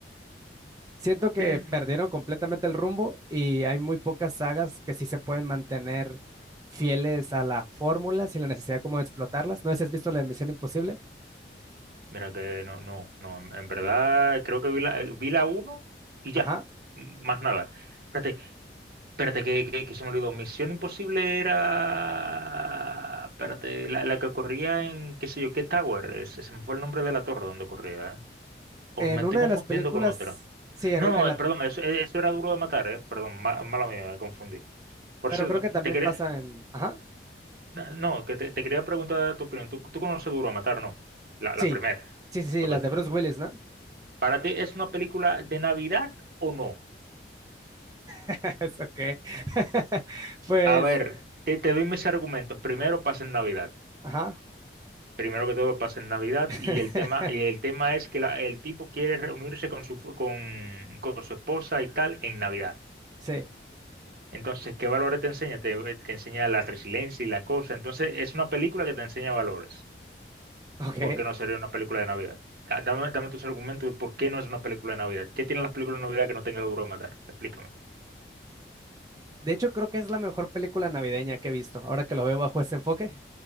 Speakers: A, on the right (about 20°); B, on the right (about 55°).
A: Siento que
B: <laughs>
A: perdieron completamente el rumbo y hay muy pocas sagas que sí se pueden mantener fieles a la fórmula sin la necesidad como de explotarlas. No sé si has visto la de Misión Imposible.
B: Mira que no, no, no, en en verdad creo que vi la, vi la uno y ya,
A: Ajá.
B: más nada. Espérate, Espérate, que, que, que se me olvidó. Misión Imposible era. Espérate, la, la que corría en qué sé yo, qué Tower. eh, Se, se me fue el nombre de la torre donde corría, ¿eh? O
A: En
B: me estoy
A: una
B: confundiendo
A: de las películas,
B: con otra.
A: sí, en,
B: No,
A: un-
B: no,
A: en la,
B: eh, perdón, eso, eh, eso era duro de matar, ¿eh? Perdón, ma- mala mía, me confundí. Por
A: pero
B: cierto,
A: creo que también
B: te quería.
A: pasa en, ajá,
B: No, no, que te, te quería preguntar tu opinión. ¿Tú, tú conoces Duro de Matar, no? La, la
A: sí,
B: primera.
A: sí, sí, sí,
B: Ok.
A: las de Bruce Willis, ¿no?
B: ¿Para ti es una película de Navidad o no?
A: <laughs> Es OK. <laughs> Pues,
B: A ver, te, te doy mis argumentos. Primero, pasa en Navidad.
A: ajá.
B: Primero que todo pasa en Navidad
A: <laughs>
B: y el tema, y el tema es que la- el tipo quiere reunirse con su, fu- con, con su esposa y tal en Navidad.
A: Sí,
B: Entonces, ¿qué valores te enseña? Te, te enseña la resiliencia y la cosa. Entonces, es una película que te enseña valores.
A: ok.
B: ¿Por qué no sería una película de Navidad? Da- Dame, dame tus argumentos de por qué no es una película de Navidad. ¿Qué tienen las películas de Navidad que no tenga duro de matar? Explícame.
A: De hecho, creo que es la mejor película navideña que he visto, ahora que lo veo bajo ese enfoque.